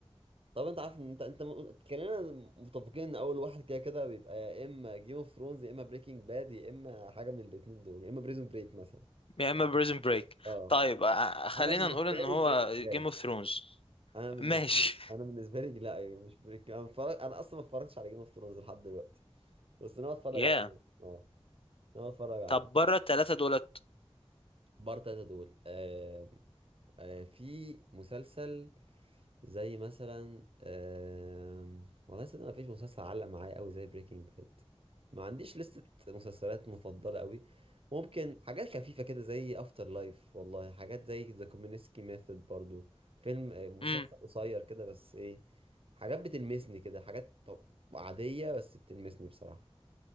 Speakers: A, on the right; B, on the left.
A: طب انت عارف إن انت انت م- كلنا متفقين ان اول واحد كده كده بيبقى يا اما جيم اوف ثرونز يا اما بريكنج باد يا اما حاجه من الاثنين دول يا اما بريزون بريك مثلا
B: يا اما بريزن بريك
A: اه
B: طيب آه، خلينا
A: انا بالنسبه
B: نقول ان
A: لي
B: هو
A: بريكنج
B: جيم
A: باد
B: اوف ثرونز
A: انا بالنسبه
B: ماشي
A: لي انا بالنسبه لي لا أيوة مش بريك انا متفرج... انا اصلا ما اتفرجتش على جيم اوف ثرونز لحد دلوقتي بس انا اتفرج
B: يا
A: عليه اه انا اتفرج عليه
B: طب بره التلاتة دولت
A: بار تلاتة دول آه... آه... في مسلسل زي مثلا آم، والله صدق ما فيش مسلسل علق معايا قوي زي بريكنج باد ما عنديش لستة مسلسلات مفضلة قوي ممكن حاجات خفيفة كده زي افتر لايف والله حاجات زي ذا كومينسكي ميثود برضو فيلم آه، مسلسل
B: امم
A: قصير كده بس ايه حاجات بتلمسني كده حاجات طب عادية بس بتلمسني بصراحة